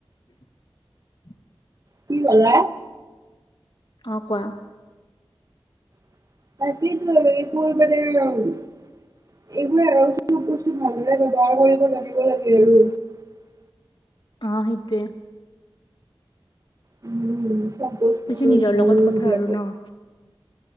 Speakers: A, on the left (about 60°); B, on the right (about 40°).
A: <inaudible>
B: কি কলা
A: অহ কোৱা
B: <unintelligible> এইবোৰে আৰু কিছুমান বস্তু ভালদৰে ব্যৱহাৰ কৰিব জানিব লাগে আৰু
A: অ সেইটোৱে
B: উম সম্পোচটোৰ
A: পিছে নিজৰ
B: ভাল
A: লগত কথা
B: উম হয়
A: আৰু নহ